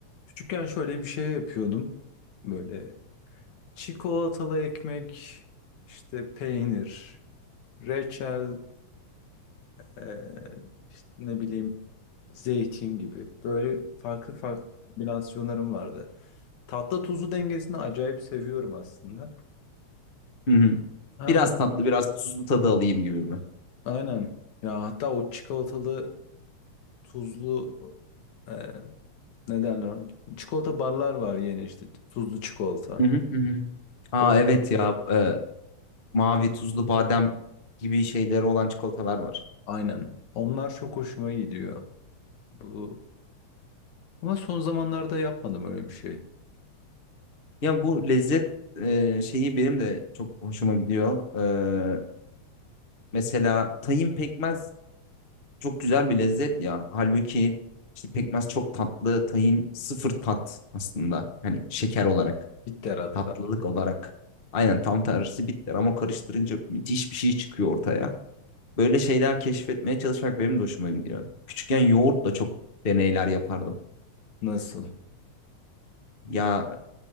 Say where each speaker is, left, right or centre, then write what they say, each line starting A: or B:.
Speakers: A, on the left; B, on the left.
A: Küçükken şöyle bir şey yapıyordum. Böyle çikolatalı ekmek, işte peynir, reçel, eee, işte ne bileyim zeytin gibi. Böyle farklı farklı kombinasyonlarım vardı. Tatlı tuzlu dengesini acayip seviyorum aslında.
B: Hı hı.
A: Hmm,
B: Biraz tatlı, biraz tuzlu tadı alayım gibi mi?
A: Aynen. Ya hatta o çikolatalı tuzlu eee, ne derler ona? Çikolata barlar var yeni işte tuzlu çikolata.
B: Hı hı hı. hı. Aa
A: O
B: evet ya e, mavi tuzlu badem gibi şeyleri olan çikolatalar var.
A: aynen. Onlar çok hoşuma gidiyor. Bu Ama son zamanlarda yapmadım öyle bir şey.
B: Ya bu lezzet e, şeyi benim de çok hoşuma gidiyor. E, mesela tahin pekmez çok güzel bir lezzet ya. Halbuki işte pekmez çok tatlı, tahin sıfır tat aslında. Hani şeker olarak,
A: Bitter hatta.
B: tatlılık olarak. Aynen tam tersi bitter ama karıştırınca müthiş bir şey çıkıyor ortaya. Böyle şeyler keşfetmeye çalışmak benim de hoşuma gidiyor. Küçükken yoğurtla çok deneyler yapardım.
A: Nasıl?
B: Ya